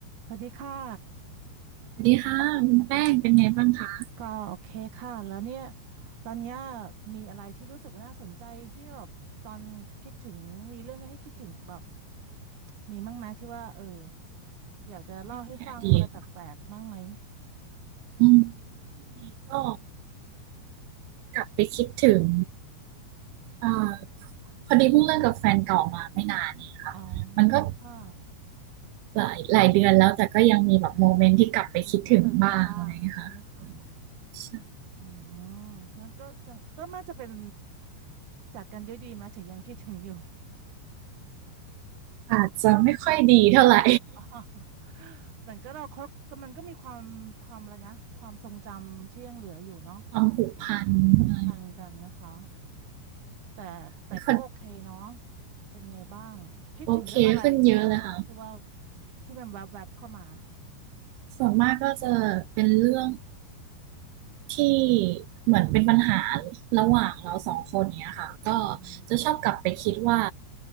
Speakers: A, on the right; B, on the right.
A: สวัสดีค่ะ
B: สวัสดีค่ะคุณแป้งเป็นไงบ้างคะ
A: ก็โอเคค่ะแล้วเนี่ยตอนเนี้ยมีอะไรที่รู้สึกว่าน่าสนใจที่แบบตอนคิดถึงมีเรื่องให้คิดถึงแบบมีมั้งไหมที่ว่าเอออยากจะเล่าให้ฟังอะไรแปลกๆบ้างไหม
B: เรื่องในอดีตอืมช่วงนี้ก็กลับไปคิดถึงเอ่อพอดีเพิ่งเลิกกับแฟนเก่ามาไม่นานเนี่ยค่ะมันก็
A: อ๋อค่ะ
B: หลายหลายเดือนแล้วแต่ก็ยังมีแบบโมเมนต์ที่กลับไปคิดถึงบ้างอะไรอย่างเงี้ยค่ะ
A: มีรู้สึกบ้างใช่ไหมคะ
B: ใช่
A: อืมงั้นก็จะก็น่าจะเป็นจากกันด้วยดีไหมถึงยังคิดถึงอยู่
B: อาจจะไม่ค่อยดีเท่าไหร่
A: อ๋อแต่ <laughs> ก็เราคบก็มันก็มีความความอะไรนะความทรงจำที่ยังเหลืออยู่เนาะ
B: <laughs> ความผูกพันอะ
A: ผูกพันกันนะคะแต่แต่ก็โอเคเนาะ
B: ไรก็
A: เป็นไงบ้างคิดถึงเรื่องอะไรที่ว่าที่ว่า
B: โอเคขึ้นเยอะเลยค่ะ
A: ที่มันแวบแวบเข้ามา
B: ส่วนมากก็จะเป็นเรื่อง ที่เหมือนเป็นปัญหาระหว่างเราสองคนเนี้ยค่ะก็
A: อืม
B: จะชอบกลับไปคิดว่า